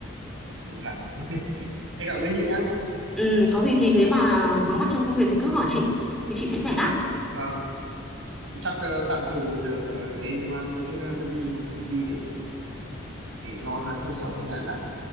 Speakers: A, on the right (about 70°); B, in the centre.
A: để em cảm ơn chị nhá
B: ừ, có gì thì nếu mà vướng mắc trong công việc thì cứ hỏi chị thì chị sẽ giải đáp
A: và thì chắc ờ, tạm thời giờ ờ, em ờ, cũng ờ, đi nộp CV để để lo về cuộc sống hàng ngày đã